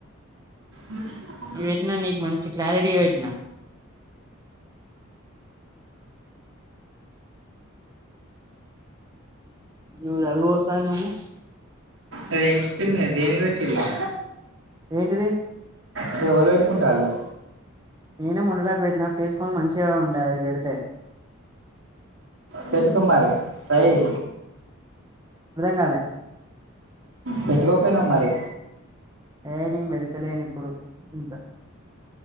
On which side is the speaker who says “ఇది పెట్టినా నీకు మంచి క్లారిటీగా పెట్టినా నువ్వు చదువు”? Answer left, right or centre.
Right